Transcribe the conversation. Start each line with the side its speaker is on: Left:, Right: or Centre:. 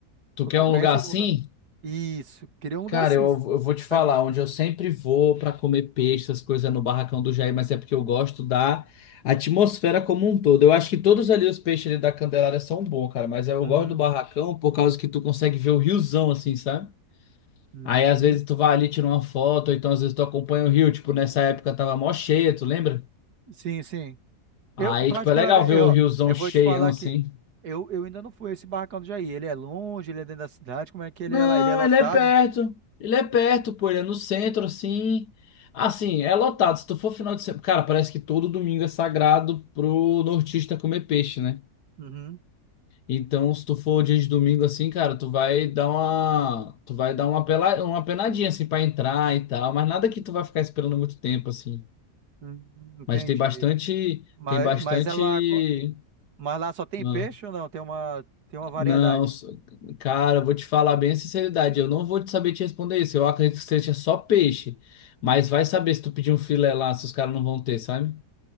Left: Tu
Right: Tu,
Left: quer
Right: tu
Left: um
Right: conhece
Left: lugar
Right: algum
Left: assim?
Right: lugar? Isso, queria um lugar
Left: Cara,
Right: assim.
Left: eu, eu vou te falar,
Right: Segue me-
Left: onde eu sempre vou para comer peixe, essas coisas é no barracão do Jair, mas é porque eu gosto da atmosfera como um todo. Eu acho que todos ali os peixes ali da Candelária são bons, cara, mas eu
Right: Uhum,
Left: gosto do barracão por causa que tu consegue ver o riozão assim, sabe?
Right: uhum.
Left: Aí às vezes tu vai ali, tira uma foto, ou então às vezes tu acompanha o rio, tipo nessa época tava mó cheia, tu lembra?
Right: Sim, sim.
Left: Aí
Right: Eu, particularmente,
Left: tipo é legal ver
Right: eu,
Left: o
Right: ó,
Left: riozão
Right: eu
Left: cheião
Right: vou te falar aqui.
Left: assim.
Right: Eu, eu ainda não fui a esse barracão do Jair. Ele é longe, ele é dentro da cidade. Como é que ele
Left: Não,
Right: é lá? Ele é lotado?
Left: ele é perto. Ele é perto, pô. Ele é no centro, assim. Assim, é lotado. Se tu for final de semana. Cara, parece que todo domingo é sagrado pro nortista comer peixe, né?
Right: Uhum.
Left: Então, se tu for dia de domingo assim, cara, tu vai dar uma. Tu vai dar uma, pela... uma penadinha, assim, pra entrar e tal. Mas nada que tu vai ficar esperando muito tempo, assim.
Right: Hum, entendi.
Left: Mas tem bastante.
Right: Mas,
Left: Tem bastante.
Right: mas ela, co- mas lá só tem
Left: ah,
Right: peixe ou não? Tem uma, tem uma variedade.
Left: Não, s- cara, eu vou te falar bem a sinceridade, eu não vou te saber te responder isso. Eu acredito que seja só peixe, mas vai saber se tu pedir um filé lá, se os caras não vão ter, sabe?